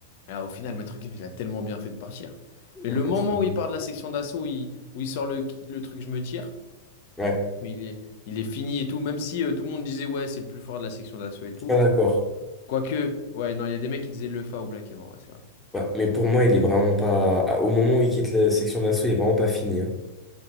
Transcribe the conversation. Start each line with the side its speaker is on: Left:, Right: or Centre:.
Left: Ah, au final, Maître Gims, il a tellement bien fait de partir. Mais
Centre: Ouais,
Left: le moment
Centre: trop bien.
Left: où il part de la section d'assaut, où il, où il sort le, le truc, je me tire.
Centre: Ouais,
Left: Je me dis, mais il est, il est fini et tout. Même si euh, tout le monde disait, ouais, c'est le plus fort de la section d'assaut et
Centre: je
Left: tout.
Centre: suis pas d'accord.
Left: Quoique, ouais, non, il y a des mecs qui disaient le fa au Black avant, ouais, c'est vrai.
Centre: Ouais, mais pour moi, il est vraiment pas. à- Au moment où il quitte la section d'assaut, il est vraiment pas fini. hein.